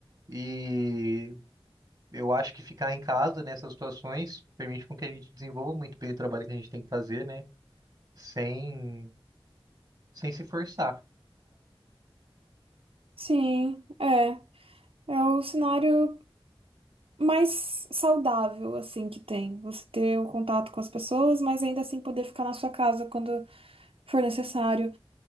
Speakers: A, on the right; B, on the right.
A: E eu acho que ficar em casa nessas situações permite com que a gente desenvolva muito bem o trabalho que a gente tem que fazer, né? Sem, sem se forçar
B: Sim, é. É o cenário mais saudável, assim, que tem. Você ter o contato com as pessoas, mas ainda assim poder ficar na sua casa quando for necessário.